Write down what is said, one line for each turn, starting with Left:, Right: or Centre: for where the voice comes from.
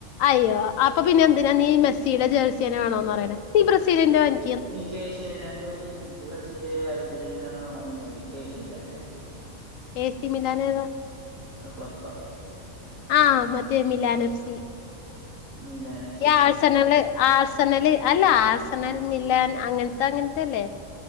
Left: അയ്യോ..., അപ്പൊ പിന്നെ എന്തിനാ നീ മെസ്സിയുടെ ജെയ്‌സിയെന്നെ വേണോന്ന് പറയണേ..? നീ ബ്രസീലിന്റെ വാങ്ങി
Right: എനിക്ക് എ സിമിലാൻന്റെ മതി, എനിക്ക് ബ്രസീൽ അർജന്റീനന്നെ വേണന്നുല്ല. എന്ക് എ സിമിലാന്റെ
Left: എ സി മിലാനേതാ?
Right: ആ ക്ലബ്ബാ
Left: ആഹ്, മറ്റേ മിലാൻ എഫ് സി.
Right: മിലാനെ
Left: ഈ ആഴ്സനല്, ആഴ്സനല് അല്ല, ആഴ്സനൽ മിലാൻ അങ്ങനത്തെ അങ്ങനത്തെല്ലേ.?